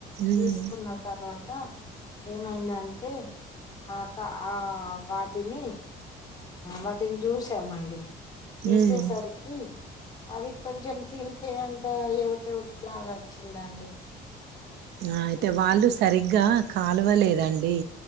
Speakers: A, on the right; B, on the left.
A: ఉమ్
B: తీసుకున్న తర్వాత ఏమైందంటే ఆక్క ఆ వాటిని వాటిని చూసామండి చూసి
A: ఉమ్
B: వచ్చేసరికి అది కొంచెం తింటే అంత ఏవిటెవిటి లాగా వచ్చిందండి
A: ఆ అయితే వాళ్ళు సరిగ్గా కాలువలేదండి